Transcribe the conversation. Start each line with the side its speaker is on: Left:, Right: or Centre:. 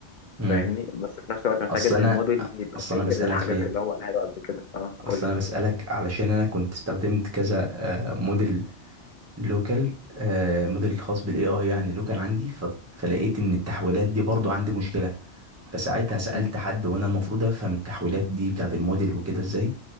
Right: امم
Left: فاهمني بس في نفس الوقت محتاج
Right: اصل
Left: ان
Right: انا
Left: الموديل يبقى
Right: اصل
Left: فاكر
Right: انا بسألك
Left: الحاجات
Right: ليه
Left: اللي هو قالها له قبل كده اه قول
Right: اصل
Left: لي
Right: انا بسألك علشان انا كنت استخدمت كذا آه، موديل لوكال آه موديل الخاص بالاي اي يعني لوكال عندي ف... فلقيت ان التحويلات دي برضو عندي مشكله فساعتها سالت
Left: مم.
Right: حد وانا المفروض افهم التحويلات دي بتاعت الموديل وكده ازاي